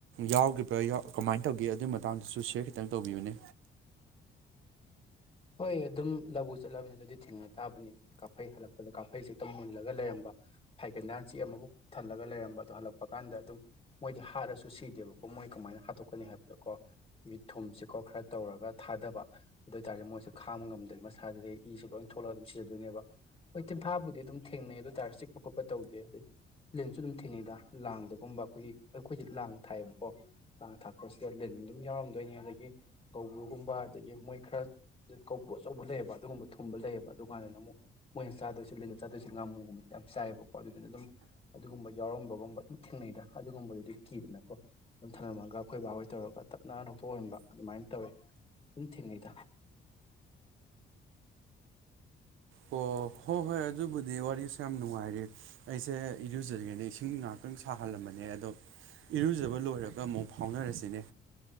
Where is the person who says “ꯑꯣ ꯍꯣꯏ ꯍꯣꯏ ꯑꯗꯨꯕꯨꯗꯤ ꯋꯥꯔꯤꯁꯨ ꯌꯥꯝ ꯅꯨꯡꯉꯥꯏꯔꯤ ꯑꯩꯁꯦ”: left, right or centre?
Right